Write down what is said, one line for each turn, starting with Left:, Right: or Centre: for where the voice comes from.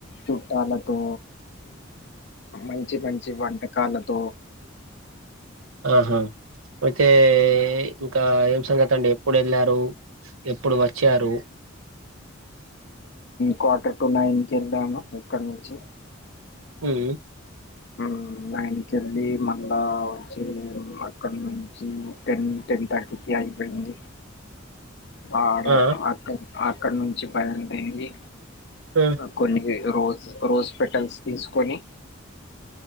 Left: చుట్టాలతో మంచి మంచి వంటకాలతో
Right: అహ ఓకే ఇంకా ఏం సంగతి అండి ఎప్పుడు వెళ్లారు ఎప్పుడు వచ్చారు
Left: క్వార్టర్ టు నైన్ కెళ్ళాము ఇక్కడ నుంచి
Right: హ్మ్
Left: ఉం నైన్ కెళ్ళి మళ్ళా వచ్చే అక్కడ నుంచి టెన్ టెన్ థర్టీకి అయిపోయింది ఆడ
Right: ఆ
Left: అక్క అక్కడ నుంచి బయలుదేరి
Right: ఆ
Left: కొన్ని రోజ్ రోజ్ పెటల్స్ తీసుకొని